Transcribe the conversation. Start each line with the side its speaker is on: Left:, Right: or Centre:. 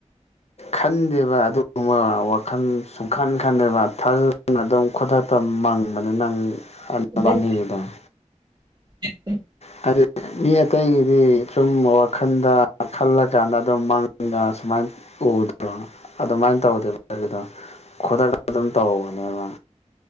Right: <inaudible>
Left: ꯈꯟꯗꯦꯕ ꯑꯗꯨꯒꯨꯝꯃ ꯋꯥꯈꯟ ꯁꯨꯡꯈꯟ ꯈꯟꯗꯦꯕ ꯊꯥꯖꯅ ꯑꯗꯨꯝ ꯈꯗꯥꯇ ꯃꯥꯡ ꯃꯅꯤ ꯅꯪ ꯑꯕꯥꯟꯗ
Right: ꯑꯩꯉꯣꯟꯗ <inaudible>
Left: ꯍꯥꯏꯗꯤ ꯃꯤ ꯑꯇꯩꯒꯤꯗꯤ ꯁꯨꯝ ꯋꯥꯈꯜꯗ ꯈꯜꯂꯀꯥꯟꯗ ꯑꯗꯨꯝ ꯃꯥꯡꯗ ꯁꯨꯃꯥꯏꯅ ꯎꯗ꯭ꯔꯣ ꯑꯗꯨꯃꯥꯏꯅ ꯇꯧꯗꯦꯕ ꯑꯩꯒꯤꯗꯣ ꯈꯨꯗꯛꯇ ꯑꯗꯨꯝ ꯇꯧꯕꯅꯦꯕ